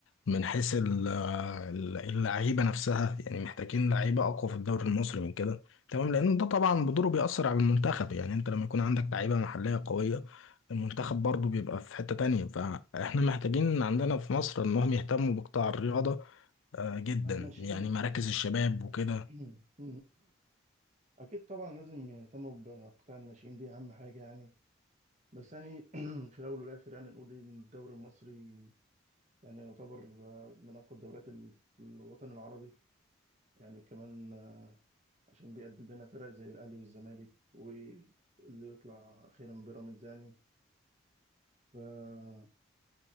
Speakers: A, on the left; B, on the right.
A: من حيث ال- ال- اللعيبة نفسها يعني محتاجين لعيبة أقوى في الدوري المصري من كده تمام لأن ده طبعا بدوره بيأثر على المنتخب يعني أنت لما يكون عندك لعيبة محلية قوية المنتخب برضه بيبقى في حتة تانية فإحنا محتاجين عندنا في مصر إنهم يهتموا بقطاع الرياضة آه، جدا
B: الناشئين
A: يعني مراكز الشباب وكده
B: <clears throat> أكيد طبعا لازم يهتموا بقطاع الناشئين دي أهم حاجة يعني بس يعني <clears throat> في الأول والآخر يعني نقول إن الدوري المصري يعني يعتبر آه، من أقوى الدوريات ال- في الوطن العربي يعني كمان آه، عشان بيقدم لنا فرق زي الأهلي والزمالك واللي يطلع أخيرا بيراميدز يعني ف